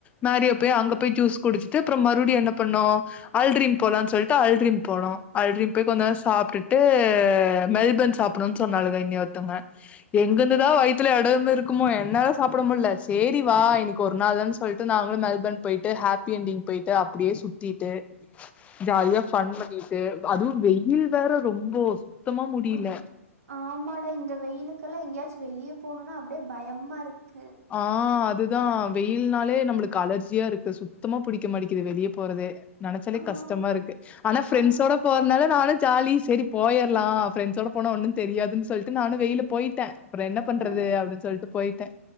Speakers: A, on the left; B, on the right.
A: மேரியோ போய் அங்க போய் ஜூஸ் குடிச் ட்டு அப்றோ மறுப்டியு என்ன பண்ணோ அல்ரிம் போலானு சொல்ட்டு அல்ரிம் போனோ அல்ரிம் போய் கொஞ்சோ சாப்ட்டுட்டு மெல்பன் சாப்டுவோ சொன்னாளுக இனி ஒருத்தவங்க எங்கிருந்துதா வயித்துல எடோமிருக்குமோ என்னால சாப்ட முட்ல செரி வா இன்னைக்கு ஒரு நாள் தான் சொல்ட்டு நாங்களு மெல்பன் போயிட்டு ஹாப்பி எண்டிங் போயிட்டு அப்டியே சுத்திட்டு ஜாலியா ஃபன் பண்ணிட்டு அதுவு வெயில் வேற ரொம்போ சுத்தமா முடியில
B: கொஞ் ஆமாடா இந்த வெயிலுகெல்லா எங்கேயாச்சு வெளிய போணுன்னா அப்டியே பயமாருக்கு
A: ஆ அதுதா வெயில்னாலே நம்புளுக்கு அலர்ஜியாருக்கு சுத்தமா புடிக்க மாடிக்குது வெளிய போறதே நனச்சாலே
B: ஆம்
A: கஷ்டமாருக்கு ஆனா ஃப்ரெண்ட்ஸோட
B: ஆமா ஆமா
A: போறனால நானு ஜாலி செரி போயர்லா ஃப்ரெண்ட்ஸோட போனா ஒன்னு தெரியாதுன்னு சொல்லிட்டு நானு வெயில போயிட்டே அப்புறோ என்ன பண்றது
B: அஹ்
A: அப்டின்னு சொல்ட்டு போய்ட்டே